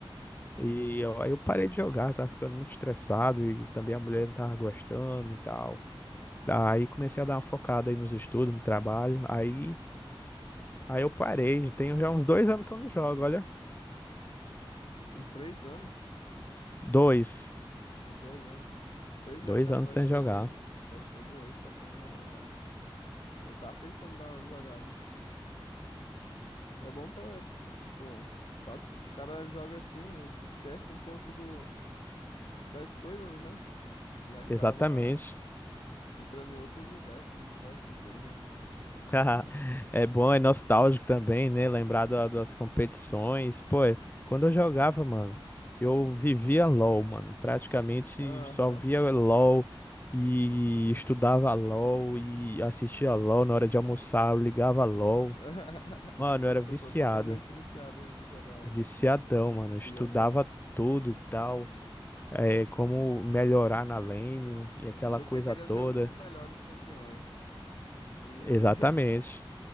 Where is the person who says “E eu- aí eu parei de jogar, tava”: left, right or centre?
Left